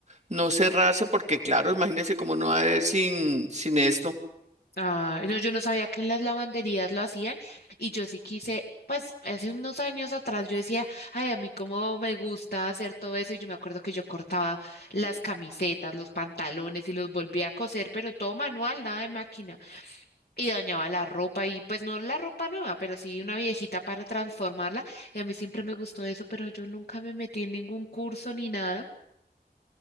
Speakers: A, on the right; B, on the left.
A: no cerrarse, porque claro, imagínese cómo no va a haber sin, sin esto.
B: Ah, no, yo no sabía que en las lavanderías lo hacían y yo sí quise, pues hace unos años atrás yo decía, ay, a mí cómo me gusta hacer todo eso y yo me acuerdo que yo cortaba las camisetas, los pantalones y los volvía a coser, pero todo manual, nada de máquina y dañaba la ropa y pues no la ropa nueva, pero sí una viejita para transformarla y a mí siempre me gustó eso, pero yo nunca me metí en ningún curso ni nada.